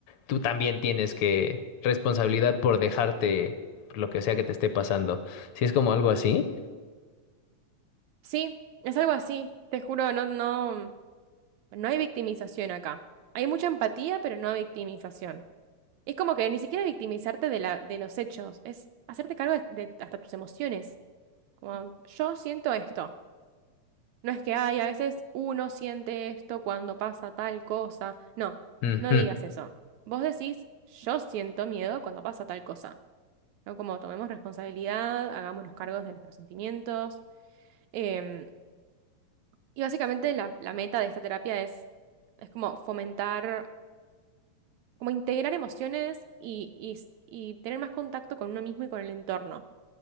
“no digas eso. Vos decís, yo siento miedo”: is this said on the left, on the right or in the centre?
Right